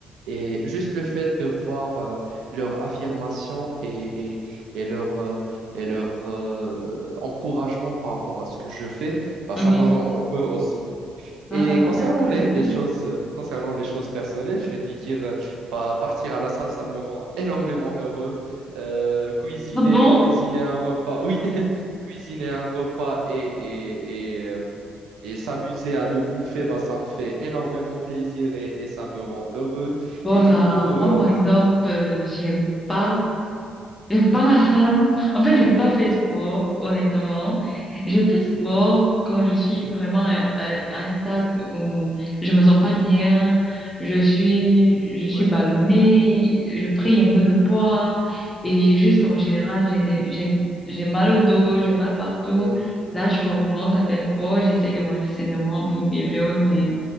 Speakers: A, on the right; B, on the left.
A: Et juste le fait de voir euh, leur affirmation et, et, et leur, euh, et leur euh, encouragement par rapport à ce que je fais, bah,
B: Hmm.
A: ça me
B: oui
A: rend heureux aussi.
B: ah
A: Et
B: ça, je-
A: concernant les,
B: l'ai dit.
A: les choses, concernant les choses personnelles, je vais te dire, euh, bah, partir à la salle, ça me rend <laughs> énormément heureux. Euh, cuisiner,
B: ah bon
A: cuisiner un repas, oui, <laughs> cuisiner un repas et, et, et, euh, et s'amuser à le bouffer, bah, ça me fait énormément plaisir et, et ça me rend heureux.
B: Voilà,
A: Et du coup,
B: moi
A: euh,
B: par exemple, euh, j'aime pas, j'aime pas la salle. En fait, j'aime pas faire sport, honnêtement. Je fais
A: Mhm.
B: sport quand je suis vraiment à, à- à un stade où je me sens pas bien, je suis, je suis
A: ouais,
B: ballonnée, j'ai pris un peu de poids et juste en général, j'ai des, j'ai, j'ai mal au dos, j'ai mal partout.
A: ouais,
B: Là, je recommence à faire sport, j'essaye de manger sainement pour une période, mais